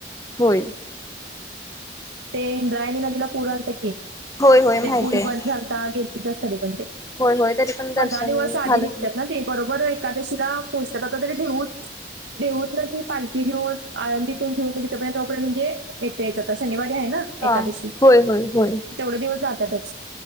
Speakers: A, on the left; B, on the right.
A: होय.
B: ते इंद्रायणी नदीला पूर आलता की
A: होय होय
B: ते
A: माहित
B: पूल
A: आहे
B: बंद झालता गेलतीच तरी पण ते.
A: होय होय तरी पण दर्शन
B: पंधरा दिवस
A: झालंच
B: आधी निघतात
A: नाही.
B: ना ते बरोबर अंक एकादशीला पोहचतात आता तरी देहू देहूतन ती पालखी घेऊन आळंदीतून घेऊन म्हणजे तोपर्यंत तोपर्यंत म्हणजे येते याचात अशी. शनिवारी आहे ना
A: हा
B: एकादशी
A: होय होय होय
B: तेवढे दिवस जातातच.